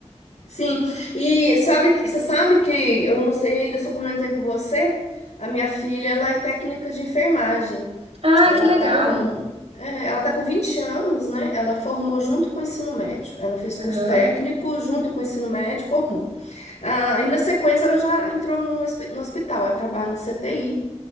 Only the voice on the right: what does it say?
Ah,
que legal.
Aham,